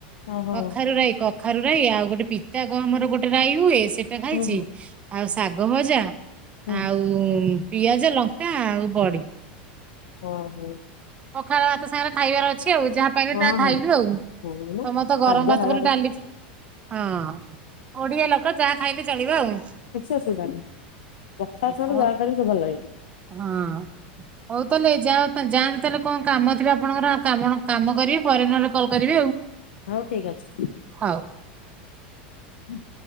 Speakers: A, on the left; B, on the right.
A: ଓହୋ
B: କଖାରୁ ରାଇ। କଖାରୁ ରାଇ ଆଉ ଗୋଟେ ପିତା କ ଆମର ଗୋଟେ ରାଇ ହୁଏ ସେଟା ଖାଇଚି।
A: ହୁଁ ହୁଁ
B: ଆଉ ଶାଗ ଭଜା।
A: ହୁଁ।
B: ଆଉ ପିଆଜ ଲଙ୍କା ଆଉ ବଡି।
A: ଓ ହୋ।
B: ପଖାଳ ଭାତ ସାଙ୍ଗରେ ଖାଇବାର ଅ ଛି ଆଉ ଯାହା ପାଇଲେ
A: ହଁ
B: ତା ଖାଇଲୁ ଆଉ ତମର
A: ହଁ ହଁ ମ
B: ତ
A: ଖାଦ୍ୟ
B: ଗରମ ଭାତ
A: ଖାଇବା
B: ବୋଲି
A: କଥା
B: ଡାଲି ହଁ ଓଡିଆ ଲୋକ ଯାହା ଖାଇଲେ ଚଳିବ ଆଉ।
A: କିଛି ଅସୁବିଧା ନାହିଁ। ରକ୍ଷାସ ହେଲେ
B: ହଉ
A: ଯାହା ବି ସବୁ ଭଲ ଲାଗିବି।
B: ହଁ। ହଉ ତାହେଲେ ଯାଓ ତା ଯାଆ ତାହେଲେ କଣ କାମଥିବ ଆପଣଙ୍କର ଆଉ କାମ କାମ କରି ପରେ ନହେଲେ କଲ୍ କରିବି ଆଉ।
A: ହଉ ଠିକ ଅଛି।
B: ହଉ।
A: ହୁଁ ହ